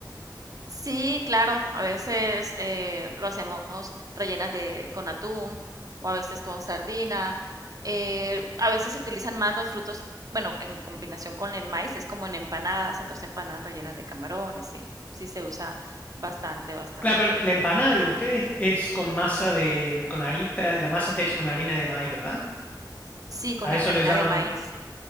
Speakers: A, on the right; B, on the left.
A: Sí, claro, a veces eh, lo hacemos rellenas de, con atún o a veces con sardina. Eh, a veces se utilizan más los frutos, bueno, en combinación con el maíz, es como en empanadas, entonces empanadas rellenas de camarones, sí, sí se usa bastante, bastante.
B: Claro, pero la empanada de ustedes es con masa de, mm, con harina, la masa está hecha con harina de maíz, ¿verdad?
A: Sí, con
B: A
A: harina
B: eso le llaman,
A: de maíz.